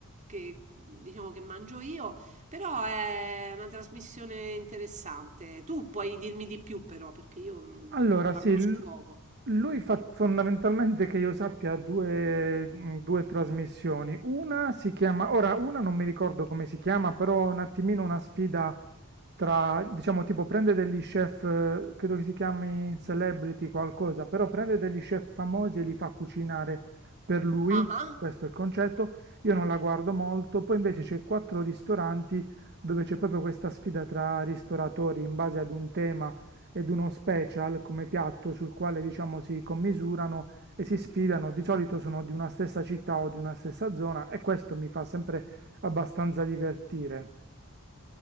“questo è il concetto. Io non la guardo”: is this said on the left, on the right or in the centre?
Right